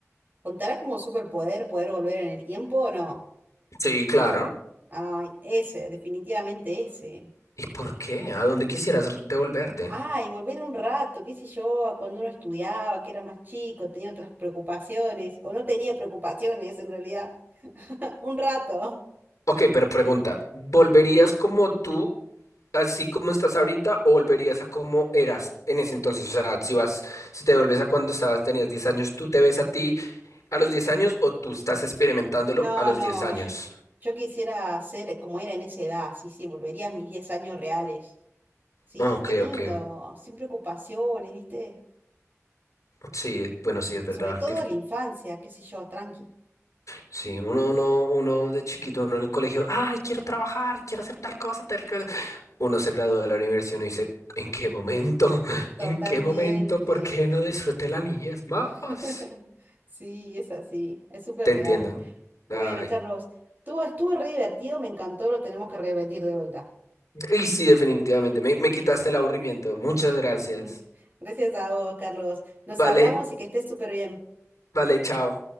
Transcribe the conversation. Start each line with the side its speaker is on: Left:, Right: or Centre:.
Right: ¿contará como superpoder poder volver en el tiempo o no?
Left: Sí, claro.
Right: Ay, ese, definitivamente ese.
Left: ¿Y por qué? ¿A dónde quisieras re- devolverte?
Right: Ay, volver un rato, qué sé yo, a cuando uno estudiaba, que era más chico, tenía otras preocupaciones, o no tenía preocupaciones en realidad. <laughs> Un rato.
Left: Ok, pero pregunta, ¿volverías como tú, así como estás ahorita, o volverías a como eras en ese entonces? O sea, si vas, si te devuelves a cuando estabas, tenías 10 años, ¿tú te ves a ti a los 10 años o tú estás experimentándolo
Right: No,
Left: a los
Right: no,
Left: diez años?
Right: yo, yo quisiera ser como era en esa edad, sí, sí, volvería a mis 10 años reales. Sí,
Left: Ok,
Right: qué lindo,
Left: ok.
Right: sin preocupaciones, ¿viste?
Left: Sí, bueno, sí, es verdad.
Right: Sobre todo la infancia, qué sé yo, tranqui.
Left: Sí, uno, uno, uno de chiquito, uno en el colegio, ay, quiero trabajar, quiero hacer tal cosa, tal cosa. Uno se gradúa de la universidad y uno dice, ¿en qué momento? <laughs>
Right: Totalmente.
Left: ¿En qué momento? ¿Por qué no disfruté la niñez más?
Right: <laughs> Sí, es así, es súper
Left: Te
Right: real.
Left: entiendo.
Right: Bueno,
Left: Ay.
Right: Carlos, tú estuvo re divertido, me encantó, lo tenemos que repetir de vuelta.
Left: Y sí, definitivamente, me, me quitaste el aburrimiento. Muchas gracias.
Right: <laughs> Gracias a vos, Carlos. Nos
Left: Vale,
Right: hablamos y que estés súper bien.
Left: vale, chao.